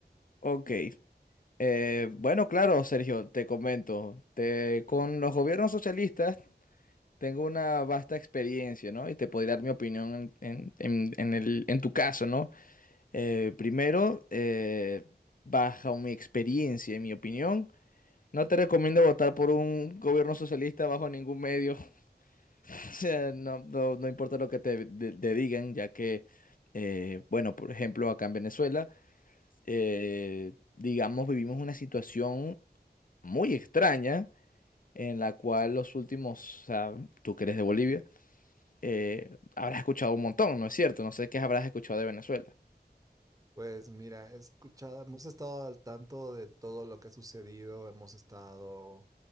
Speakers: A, on the left; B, on the right.
A: Ok. Eh, bueno, claro, Sergio, te comento. Te- con los gobiernos socialistas tengo una vasta experiencia, ¿no? Y te podría dar mi opinión en, en- en- en el- en tu caso, ¿no? Eh, primero, eh, bajo mi experiencia y mi opinión, no te recomiendo votar por un gobierno socialista bajo ningún medio. <laughs> O sea, no, no- no importa lo que te, de- te digan, ya que, eh, bueno, por ejemplo, acá en Venezuela. eh, digamos, vivimos una situación muy extraña en la cual los últimos, o sea, tú que eres de Bolivia, eh, habrás escuchado un montón, ¿no es cierto? No sé qué habrás escuchado de Venezuela.
B: Pues mira, he escuchado, hemos estado al tanto de todo lo que ha sucedido, hemos estado